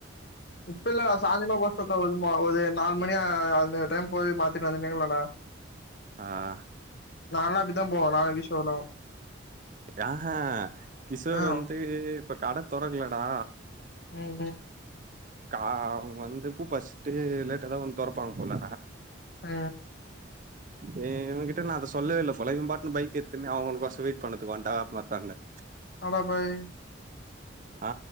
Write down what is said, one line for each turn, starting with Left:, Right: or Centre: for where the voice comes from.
Left: இப்ப இல்லடா சாயந்தர்மா போ சொல்றா மெதுவா ஒரு நால் மணி அ அந்த டைம் போய் மாத்திட் வந்துனேக்ங்ளாண்டா
Right: ஆ
Left: நால்லா அப்டிதா போவே நா கிஷோர் லா
Right: ஆ ஹே கிஷோர்
Left: ஆ
Right: வந்து இப்ப கட தொறக்கலடா
Left: ம் ம்
Right: கா அவ வந்து பூ ஃபஸ்ட்டு லேட்டா தா வந்து தொறப்பாங்க போல
Left: ஆ
Right: ஏ இவங்கிட்ட நா அத சொல்லவே இல்ல போல இவன் பாட்னு பைக் எத்துன்னு அவனு ஃபஸ்சு மீட் பண்ணத்து வன்ட்டா <unintelligible>
Left: அடா பாய்
Right: ஆ